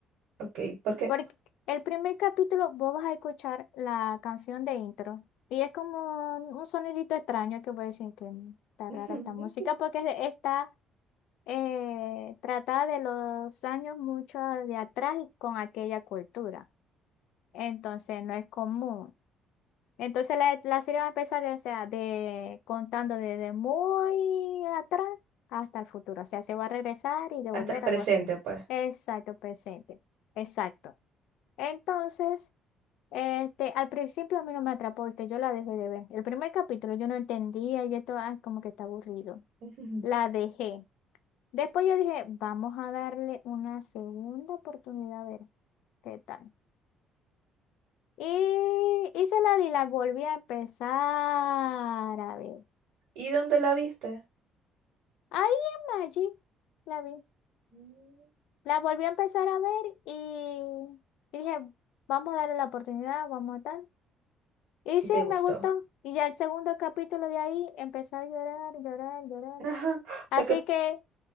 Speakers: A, on the right; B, on the left.
A: Ok, ¿por qué?
B: Porque el primer capítulo vos vas a escuchar la canción de intro y es como un sonidito extraño que voy a decir que "Mm,
A: <laughs>
B: está
A: Ujú.
B: rara esta música porque es de- está eh, tratada de los años mucho de atrás y con aquella cultura. Entonces no es común. Entonces la, la serie va a empezar, o sea, de, contando desde muy atrás hasta el futuro. O sea, se va a regresar y devolver
A: Hasta el presente,
B: algo así.
A: pues.
B: Exacto, presente. Exacto. Entonces, este, al principio a mí no me atrapó, este, yo la dejé de ver. El primer capítulo yo no entendía y esto, ay, como que está aburrido.
A: Ujú.
B: La dejé. Después yo dije, vamos a darle una segunda oportunidad a ver qué tal. Y, y se la di, la volví a empezar a ver.
A: ¿Y dónde la viste?
B: Ahí en Maggi la vi.
A: Mm.
B: La volví a empezar a ver y, y dije, vamos a darle la oportunidad, vamos a tal. Y
A: Y
B: sí,
A: te gustó.
B: me gustó. Y ya el segundo capítulo de ahí empecé a llorar, llorar, llorar.
A: Ajá, <laughs> o sea
B: Así
A: que...
B: que,